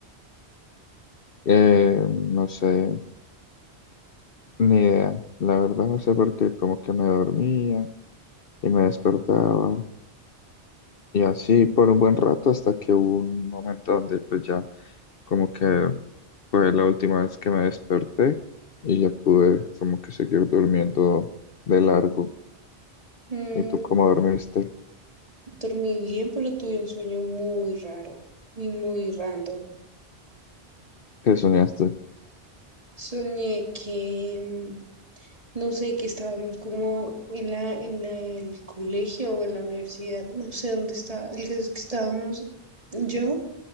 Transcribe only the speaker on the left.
Eh, no sé, ni idea, la verdad no sé por qué, como que me dormía y me despertaba Y así por un buen rato hasta que hubo un momento donde pues ya como que fue la última vez que me desperté y ya pude como que seguir durmiendo de largo.
¿Y tú cómo dormiste?
¿Qué soñaste?